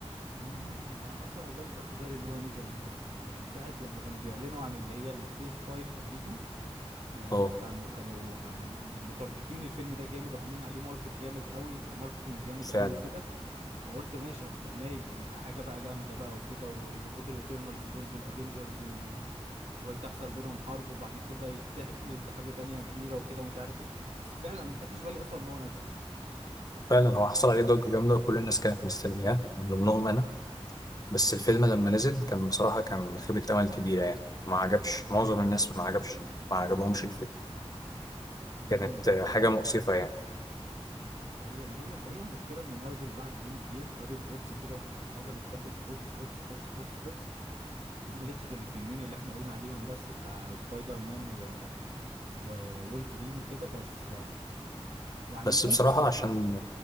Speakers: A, on the right; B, on the left.
A: امم انا اصلا والله ما خدت بالي ان هو نزل انا كنت س- آه، ساعه لما كانوا بيعلنوا عن اللي هي الفيز 5 تقريبا آه
B: اه
A: كانوا كانوا آه متارجتين الفيلم ده جامد وعاملين عليه ماركت جامد قوي ماركتنج جامد
B: فعلا
A: قوي وكده فقلت ماشي هستناه يمكن يبقى حاجه بقى جامده بقى وكده ويربطوا الاترنالز دول بالافنجرز و... وهيتحصل بينهم حرب وبعد كده يتحدوا ضد حاجه تانية كبيره وكده ومش عارف ايه بس فعلا انا ما خدتش بالي اصلا ان هو نزل
B: فعلا هو حصل عليه ضجة جامدة وكل الناس كانت مستنياه من ضمنهم انا بس الفيلم لما نزل كان بصراحة كان خيبة امل كبيرة يعني ما عجبش معظم الناس ما عجبش ما عجبهمش الفيلم
A: امم
B: كانت آه، حاجة مؤسفة يعني
A: ما هي ما هي هي المشكله ان مارفل بعد اند جيم خدت غطس كده وفض- وفضلت تاخد غطس غطس غطس غطس غطس ما عملتش غير الفيلمين اللي احنا قلنا عليهم بس بتاع سبايدر مان و... وولفرين وكده بس آه، يعني
B: بس
A: ممكن
B: بصراحة عشان